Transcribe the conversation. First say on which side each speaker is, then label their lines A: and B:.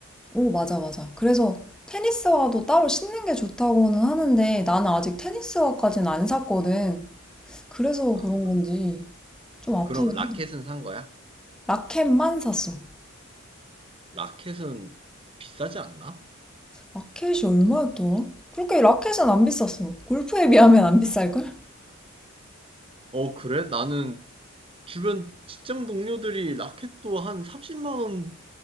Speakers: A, in the centre; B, on the right.
A: 오, 맞아, 맞아. 그래서 테니스화도 따로 신는 게 좋다고는 하는데, 나는 아직 테니스화까지는 안 샀거든. 그래서
B: 아,
A: 그런 건지 좀 아프긴
B: 그럼 라켓은
A: 하더라고.
B: 산 거야?
A: 라켓만 샀어.
B: 라켓은 비싸지 않나?
A: 라켓이 얼마였더라? 그렇게 라켓은 안 비쌌어. 골프에 비하면 안 비쌀걸?
B: 어, 그래? 나는 주변 직장 동료들이 라켓도 한 30만 원